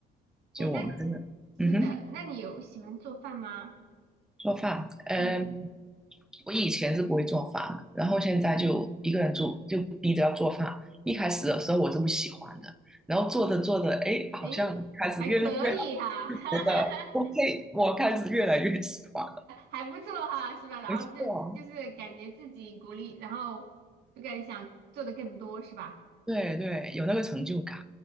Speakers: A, in the centre; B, on the right.
A: 就我们真的，
B: 哎，那是的，
A: 嗯哼。
B: 那你有喜欢做饭吗？
A: 做饭，嗯，
B: 嗯，
A: 我以前是不会做饭的，然后现在就一个人住，就逼着要做饭。一开始的时候我是不喜欢的，然后做着做着，哎，好像开始越弄越好，
B: 哎，还可以哈，<laughs>
A: 觉得 OK，我开始越来越喜欢了。
B: 还不错哈，是吧？然后就就是感觉自己鼓励，
A: 没错，
B: 然后就感觉想做的更多，是吧？
A: 对对，有那个成就感。